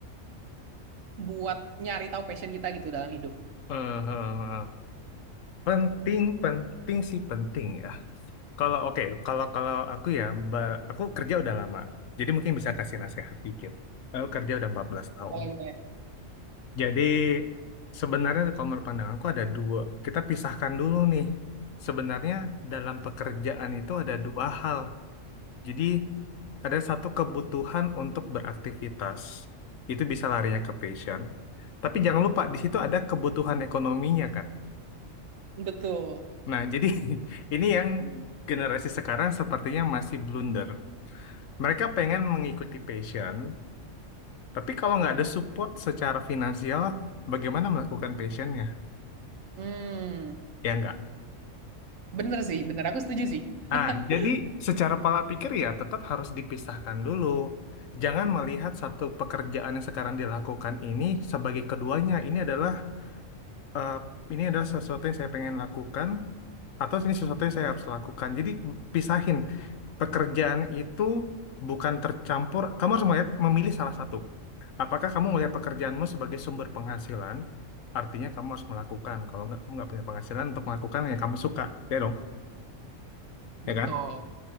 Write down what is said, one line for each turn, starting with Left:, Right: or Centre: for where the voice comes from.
Right: buat nyari tahu passion kita gitu dalam hidup?
Left: Heeh, Penting, penting sih penting ya. Kalau oke, kalau kalau aku ya, ba- aku kerja udah lama. Jadi mungkin bisa kasih nasihat dikit. Aku kerja udah 14 tahun.
Right: Kalau boleh.
Left: Jadi sebenarnya kalau menurut pandanganku ada dua. Kita pisahkan dulu nih. Sebenarnya dalam pekerjaan itu ada dua hal. Jadi ada satu kebutuhan untuk beraktivitas. Itu bisa larinya ke passion. Tapi jangan lupa di situ ada kebutuhan ekonominya kan.
Right: Betul.
Left: Nah, jadi <laughs> ini yang generasi sekarang sepertinya masih blunder. Mereka pengen mengikuti passion, tapi kalau nggak ada support secara finansial, bagaimana melakukan passionnya?
Right: Hmm,
Left: Ya nggak.
Right: bener sih, bener aku setuju sih.
Left: Nah,
Right: <laughs>
Left: jadi secara pola pikir ya tetap harus dipisahkan dulu. Jangan melihat satu pekerjaan yang sekarang dilakukan ini sebagai keduanya. Ini adalah eh, ini adalah sesuatu yang saya pengen lakukan atau ini sesuatu yang saya harus lakukan. Jadi pisahin pekerjaan itu bukan tercampur. Kamu harus melihat memilih salah satu. Apakah kamu melihat pekerjaanmu sebagai sumber penghasilan? Artinya kamu harus melakukan. Kalau nggak kamu nggak punya penghasilan untuk melakukan yang kamu suka, ya dong,
Right: Betul.
Left: ya kan?